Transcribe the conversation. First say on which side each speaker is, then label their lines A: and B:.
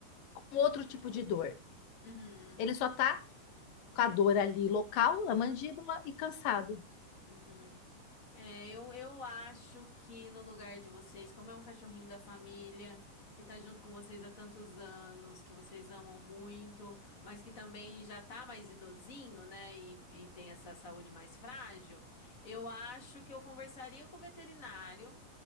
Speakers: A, on the left; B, on the left.
A: com outro tipo de dor.
B: Uhum.
A: Ele só tá com a dor ali local, na mandíbula e cansado.
B: Uhum. É, eu, eu acho que no lugar de vocês, como é um cachorrinho da família, que tá junto com vocês há tantos anos, que vocês amam muito, mas que também já tá mais idosinho, né? E, e tem essa saúde mais frágil, eu acho que eu conversaria com o veterinário